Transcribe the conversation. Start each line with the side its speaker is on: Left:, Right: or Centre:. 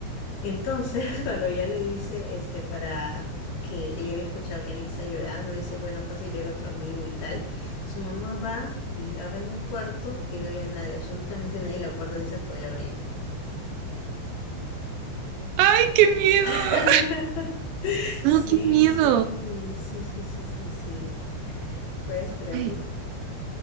Left: Entonces, <laughs> cuando ella le dice, este, para que ella había escuchado que alguien está llorando, dice, bueno, fácil era otro amigo y tal. Su mamá va y abre en el cuarto y no había nadie, absolutamente nadie, la puerta sí se podía abrir.
Right: ¡Ay, qué miedo!
Left: <laughs>
Right: No,
Left: Sí,
Right: qué miedo.
Left: sí, sí, sí, sí, sí, sí. ¿Puedes creerlo?
Right: Ay,